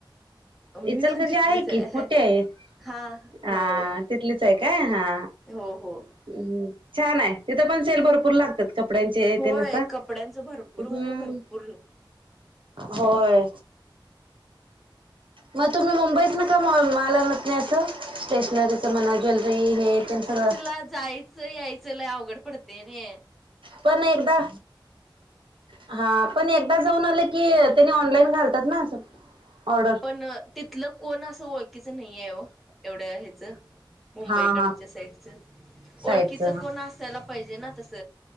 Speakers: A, in the centre; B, on the right.
A: मी
B: इचलकरंजी
A: पण तिथलीच
B: आहे
A: हाय,
B: की मोठी आहे
A: हा,
B: हा
A: हो.
B: तिथलीच हाय काय, हा
A: हो हो.
B: हम्म, छान हाय, तिथं पण सेल भरपूर लागत्यात. कपड्यांचे
A: होय
B: तेन आता,
A: कपड्यांचं भरपूर
B: हम्म
A: म्हणजे भरपूर
B: होय. म तुम्ही मुंबई तन, का मोल माल आणत नाय असं स्टेशनरी ते म्हणा ज्वेलरी, हे तेन सगळं
A: आ जाय चं यायच लय अवघड पडतय नय.
B: पण एकदा हा, पण एकदा जाऊन आल की, त्यांनी ऑनलाईन घालतात ना, अस ऑर्डर.
A: पण तिथलं कोण असं ओळखीचं नाहीये ओ, एवढ्य ह्याच मुंबईकडच्या
B: हा हा
A: साईडच,
B: साईडच
A: ओळखीच कोण असायला पाहिजे ना तस